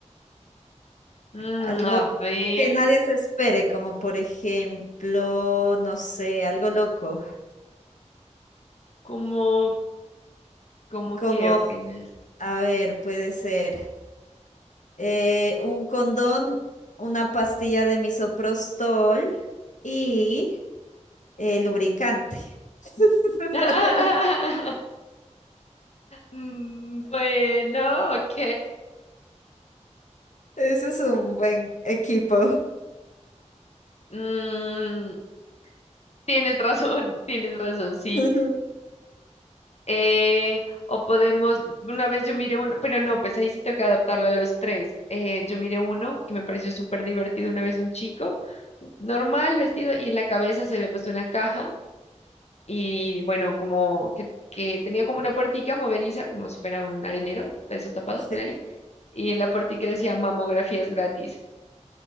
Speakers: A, on the left; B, on the left.
A: Mm,
B: algo
A: a ver,
B: que nadie se espere, como por ejemplo, no sé, algo loco.
A: ¿cómo, cómo
B: Como,
A: qué opinas?
B: a ver, puede ser eh, un condón, una pastilla de misoprostol y eh, lubricante. <laughs>
A: <laughs> Mm, Bueno, ok.
B: Eso es un buen equipo.
A: Mm, tienes razón, <laughs> tienes razón, sí.
B: <laughs>
A: Eh, o podemos, una vez yo miré uno, pero no, pues ahí sí toca adaptarlo a los tres. Eh, yo miré uno que me pareció súper divertido una vez un chico, normal vestido, y en la cabeza se había puesto una caja y bueno, como que, que tenía como una puertica movediza, como si fuera un arenero de esos tapados,
B: Sí.
A: ponele. Y en la puertica decía mamografías gratis.